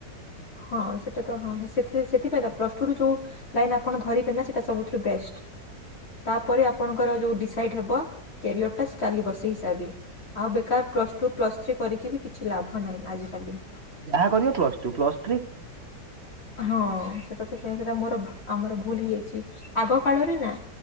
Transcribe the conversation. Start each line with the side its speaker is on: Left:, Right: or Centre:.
Left: ହଁ ସେଟା ତ ହଁ ସେଥିରେ ସେଥିପାଇଁ ତ ପ୍ଲସ ଟୁ ରୁ ଯୋଉ ଲାଇନ ଆପଣ ଧରିବେ ନା ସେଟା ସବୁଠୁ ବେଷ୍ଟ। ତାପରେ ଆପଣଙ୍କର ଯୋଉ ଡିସାଇଡ ହେବ କ୍ୟାରିଅରଟା ଚାଲିବ ସେହି ହିସାବରେ। ଆଉ ବେକାର ପ୍ଲସ ଟୁ ପ୍ଲସ ଥ୍ରୀ କରିକି ବି କିଛି ଲାଭ ନାହିଁ ଆଜିିକାଲି।
Right: ଯାହା କରିବ ପ୍ଲସ ଟୁ ପ୍ଲସ୍
Left: ହଁ ସେଟା ତ ସେ ମୋର ଆମର ଭୁଲ୍ ହେଇଯାଇଛି, ଆଗ କାଳରେ ନା